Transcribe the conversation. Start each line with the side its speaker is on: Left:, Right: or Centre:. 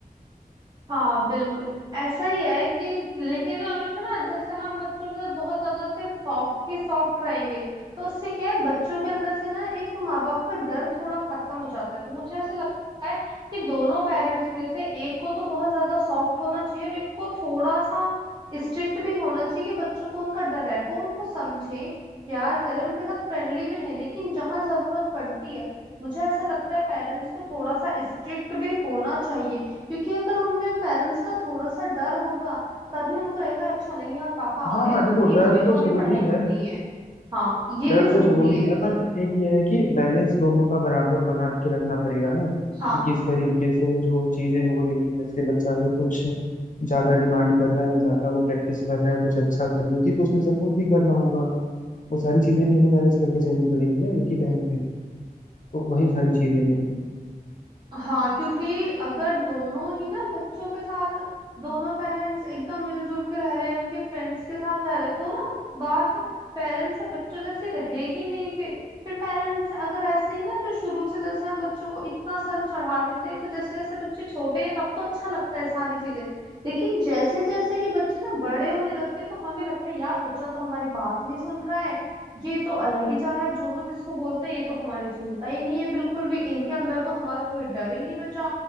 Right: हाँ बिल्कुल ऐसा ही है कि लेकिन हमेशा ना जैसे हम बच्चों के साथ बहुत ज्यादा सिर्फ सॉफ्ट की सॉफ्ट रहेंगे तो उससे क्या है बच्चों के अंदर से ना एक माँ बाप का डर थोड़ा खत्म हो जाता है तो मुझे ऐसा लगता है कि दोनों पेरेंट्स में से एक को तो बहुत ज्यादा सॉफ्ट होना चाहिए और एक को थोड़ा सा स्ट्रिक्ट भी होना चाहिए कि बच्चों को उनका डर है वो उनको समझे प्यार करें उनके साथ फ्रेंडली भी रहें लेकिन जहां जरूरत पड़ती है मुझे ऐसा लगता है पेरेंट्स को थोड़ा सा स्ट्रिक्ट भी होना चाहिए क्योंकि अगर उनमें पेरेंट्स का थोड़ा सा डर होगा तभी उनको रहेगा अच्छा नहीं यार पापा
Left: हाँ
Right: आ रहे हैं
Left: हाँ
Right: तो
Left: देखो
Right: भाई
Left: डर
Right: हमें तो
Left: तो
Right: अभी
Left: जरूरी
Right: पढ़ाई
Left: है
Right: करनी है हाँ ये
Left: डर
Right: भी
Left: तो
Right: जरूरी
Left: जरूरी
Right: है
Left: है
Right: एक
Left: बट एक ये है कि बैलेंस दोनों का बराबर बना के रखना पड़ेगा ना
Right: हाँ
Left: कि किस तरीके से जो चीजें हो रही है जैसे बच्चा अगर कुछ ज्यादा डिमांड कर रहा है या ज्यादा वो प्रैक्टिस कर रहा है कुछ अच्छा करने की तो उसमें सपोर्ट भी करना होगा वो सारी चीजें भी हमें मैनेज करके चलनी पड़ेंगी ना एक ही टाइम पे तो वही सारी चीजें हैं
Right: हाँ क्योंकि अगर दोनों ही ना बच्चों के साथ दोनों पेरेंट्स एकदम मिलजुल के रह रहे उनके फ्रेंड्स के साथ रह रहे तो ना बात पेरेंट्स और बच्चों जैसी रहेगी नहीं फिर फिर पेरेंट्स अगर ऐसे ही ना फिर शुरू से जैसे हम बच्चों को इतना सर चढ़ा लेते हैं तो जैसे जैसे बच्चे छोटे हैं तब तो अच्छा लगता है सारी चीजें लेकिन जैसे जैसे ही बच्चे ना बड़े होने लगते हैं तो हमें लगता है यार बच्चा तो हमारी बात नहीं सुन रहा है ये तो अलग ही जा रहा है जो हम इसको बोलते हैं ये तो हमारी सुनता ही नहीं है बिल्कुल भी इनके अंदर तो हमारा कोई डर ही नहीं बचा